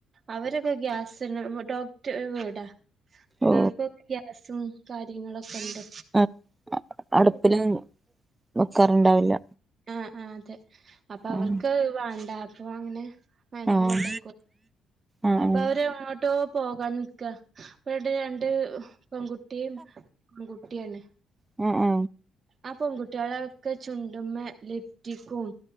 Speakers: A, on the right (about 45°); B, on the right (about 20°).
A: അവരൊക്കെ ഗ്യാസിന് ഡോക്ക്‌ടറെ വീടാ അപ്പൊ
B: ഓ
A: അവർക്ക് ഒക്കെ ഗ്യാസും കാര്യങ്ങളൊക്കെണ്ട്
B: ആ അടുപ്പില് വെക്കാറുണ്ടാവില്ല
A: ആ ആ അതെ അപ്പൊ അവർക്ക്
B: ആഹ്
A: വാണ്ട അപ്പൊ അങ്ങനെ വേണേ
B: ആഹ്
A: കൊണ്ടയ്ക്കോ
B: ആഹ്
A: അപ്പൊ
B: ആഹ്
A: അവര് എങ്ങോട്ടോ പോകാൻ നിക്കാ അപ്പ അവ്ടെ രണ്ട് പെങ്കു ട്ടീം ആങ്കുട്യാണ്
B: അ ആ
A: ആ പെങ്കുട്യാളൊക്കെ ചുണ്ട്മ്മെ ലിഫ്റ്റിക്കും